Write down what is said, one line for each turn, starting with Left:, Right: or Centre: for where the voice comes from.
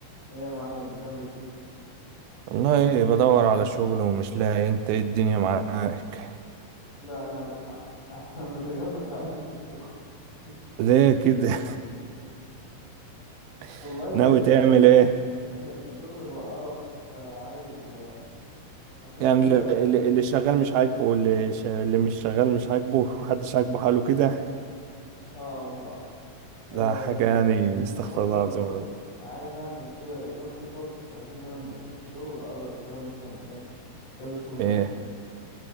Left: ايه يا معلم بتعمل ايه كده
Right: والله بدور على شغل ومش لاقي انت ايه الدنيا معاك
Left: لا انا <laughs> مع- انا شغال بس عايز اسيب الشغل <laughs>
Right: ليه كده
Left: والله
Right: <laughs> ناوي تعمل ايه
Left: آه، الشغل بقى قرف فعايز آه، اشوف
Right: يعني
Left: كده
Right: اللي اللي- اللي شغال مش عاجبه واللي ش... اللي مش شغال مش عاجبه محدش عاجبه حاله كده
Left: اه والله أه
Right: ده حاجة يعني استغفر
Left: بفكر
Right: الله العظيم
Left: بص
Right: يا رب.
Left: عايز اعمل كده شوية خطط بحيث ان انا لما اسيب الشغل اقدر اشتغل مثلا ايه كذا شغلانة
Right: ايه